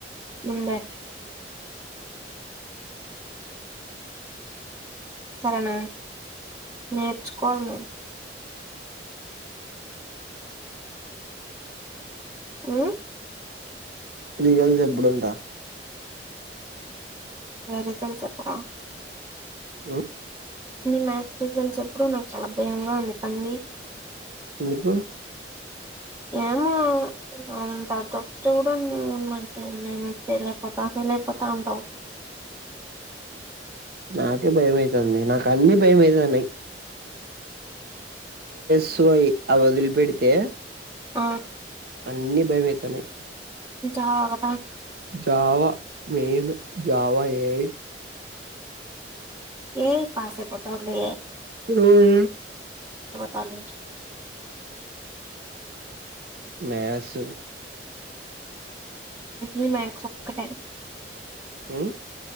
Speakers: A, on the right; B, on the right.
A: ఉందె సరేనా నేర్చు కొను ఆ
B: రిజల్ చెప్పుడుంట
A: రిజల్ట్స్ అప్పుడు
B: ఉ
A: నీ మ్యాథస్ రిజల్ట్స్ ఎప్పుడు నాకు చాలా భయంగా ఉంది కని
B: నికు
A: ఏము అంత చెప్తు కూడ మనకేం చేయలేక పోతా
B: నాకే భయమయితుంది నాకన్నిీ భయ మయితున్నాయి సో అయి అవి వదిలి పెడితే
A: ఆ
B: అన్నిీ భయమయితున్నాయి.
A: చాల
B: జావ మైన్ జావ ఏ ఐ
A: ఏ ఐ పాస పెఠడు లో
B: ఉఏ
A: తనుే
B: మా సు
A: ఉమ్యాక్స్ ఒక్కటే
B: ఉ